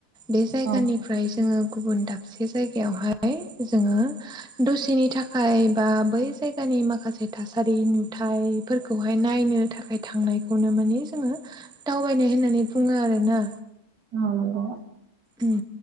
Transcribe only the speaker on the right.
औ
औ नंगौ